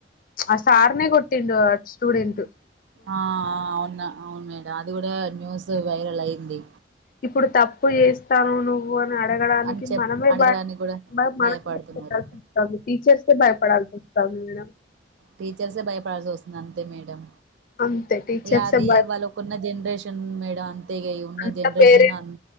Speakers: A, on the left (about 50°); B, on the right (about 80°).
A: ఆ సార్నే కొట్టిండు అ స్టూడెంటు
B: ఆ అవ్ను అవ్న్ మేడం అది గూడా న్యూసు వైరల్ అయింది
A: ఇప్పుడు తప్పు చేస్తానవు నువ్వు అని అడగడానికి
B: అని చెప్
A: మనమే
B: అడగడానికి
A: భయ <unintelligible>
B: కూడా భయపడుతున్నారు
A: టీచర్సే భయపడాల్సి వస్తాంది మేడం
B: టీచర్సే భయపడాల్సోస్తుంది అంతే మేడం
A: అంతే టీచర్సే
B: ఇగ అది
A: భయ
B: వాళ్ళకున్న జన్రేష్ షన్ మేడం ఇగ ఉన్న
A: అంత
B: జనరేషన్
A: పేరెంట్స్
B: అన్